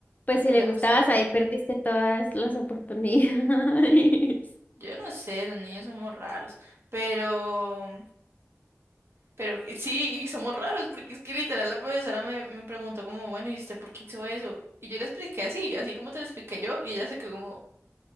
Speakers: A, on the left (about 30°); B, on the right (about 50°).
A: Pues
B: Creo que
A: si le
B: le
A: gustabas,
B: gustaba.
A: ahí perdiste todas las oportunidades.
B: Yo no sé, los niños somos raros. Pero, pero que- sí, y somos raros, porque es que literal la profesora me, me preguntó como, bueno, ¿y usted por qué hizo eso? Y yo le expliqué así, así como te lo expliqué yo, y ella se quedó como,